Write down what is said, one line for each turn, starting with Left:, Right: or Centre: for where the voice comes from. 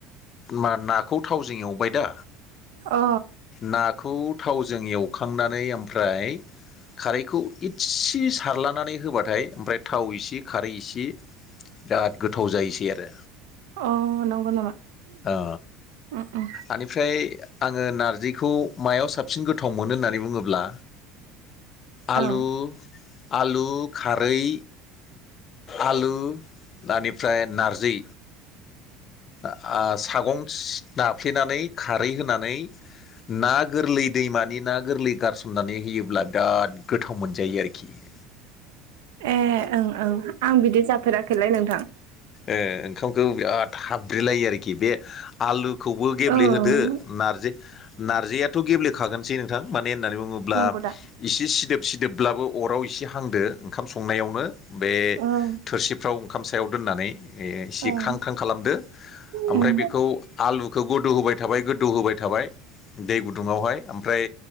Left: मा ना थावजों एवबाय दा
Right: अ
Left: नाखौ थावजों जों एवखांनानै ओमफ्राय खारैखौ इसे सारलनानै होबाथाय। ओमफ्राय थाव इसे खारै इसे बिराद गोथाव जायोसै आरो
Right: अ नंगौ नामा
Left: अ
Right: उम उम
Left: आनिफ्राय आङो नारजिखौ मायाव साबसिन गोथाव मोनो होननानै बुङोब्ला आलु
Right: औ
Left: आलु खारै आलु बेनिफ्राय नारजि <unintelligible> सागं नाफ्लेनानै खारै होनानै ना गोरलै दैमानि ना गोरलै गारसोमनानै होयोब्ला बिराद गोथाव मोनजायो आरोखि। <unintelligible>
Right: ए ओं ओं आं बिदि जाफेराखैलै नोंथां।
Left: ओ ओंखामखौ बिराद हाब्रेलायो आरोखि बे आलुखौबो गेब्लेहोदो
Right: औ
Left: नारजि नारजियाथ' गे गेब्लेखागोनसै नोंथां मानो होननानै बुङोब्ला
Right: नंगौ दा
Left: एसे सिदोब सिदोबब्लाबो अराव एसे हांदो ओंखाम संनायावनो बे
Right: ओं
Left: थोरसिफ्राव ओंखाम सायाव दोननानै ए इसे
Right: ओं
Left: ख्रां ख्रां खालामदो ओमफ्राय
Right: उम
Left: बेखौ आलुखौ गोदौ होबाय थाबाय गोदौ होबाय थाबाय। दै गुदुङावहाय ओमफ्राय